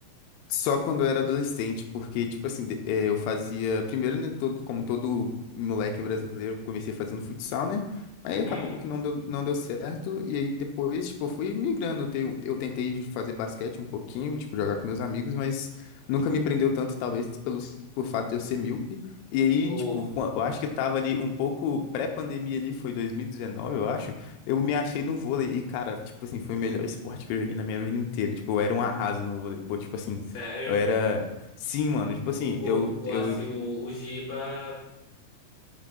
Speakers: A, on the left; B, on the left.
A: Só quando eu era adolescente, porque, tipo assim, de- eh, eu fazia. Primeiro, né, todo, como todo moleque brasileiro, eu comecei fazendo futsal, né? Aí
B: Uhum.
A: acabou que não deu, não deu certo. E aí depois, tipo, eu fui migrando. Eu, eu tentei fazer basquete um pouquinho, tipo, jogar com meus amigos, mas nunca me prendeu tanto, talvez, pelo, por fato de eu ser míope. E aí,
B: O,
A: tipo, qua- eu acho que tava ali um pouco pré-pandemia ali, foi 2019, eu acho. Eu me achei no vôlei e, cara, tipo assim, foi o melhor esporte que eu joguei na minha vida inteira. Tipo, eu era um arraso no vôlei. Pô, tipo assim.
B: sério?
A: Eu era. Sim, mano. Tipo assim,
B: O, go,
A: eu,
B: o,
A: eu.
B: assim, o, o Giba,